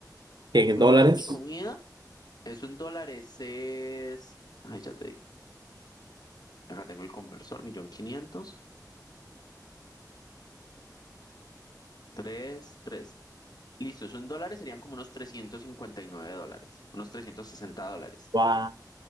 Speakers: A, on the right; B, on the left.
A: en
B: Más
A: dólares,
B: mi comida, eso en dólares es... Ay, ya te digo, acá tengo el conversor, millón quinientos, tres, tres. Listo, eso en dólares serían como unos 359 dólares, unos 360 dólares
A: Wow.